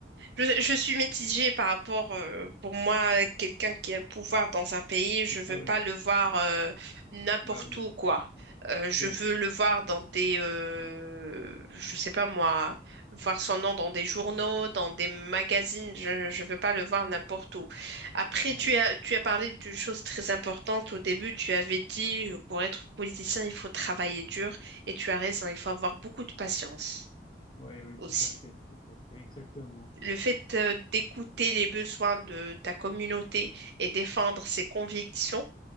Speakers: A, on the right; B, on the left.
A: je, je suis mitigée par rapport, euh, pour moi, quelqu'un qui a le pouvoir dans un pays, je veux
B: Ah oui,
A: pas le voir euh, n'importe
B: bah oui,
A: où, quoi. Euh, je
B: bien
A: veux
B: sûr.
A: le voir dans des, euh, je sais pas moi, voir son nom dans des journaux, dans des magazines. Je, je veux pas le voir n'importe où. Après,
B: Ouais,
A: tu as, tu as parlé d'une chose très importante au début. Tu avais dit, euh, pour être politicien, il faut travailler dur, et tu as raison. Il faut avoir beaucoup de patience
B: ouais, ouais,
A: aussi.
B: tout à fait, tout à fait, exactement.
A: Le fait euh, d'écouter les besoins de ta communauté et défendre ses convictions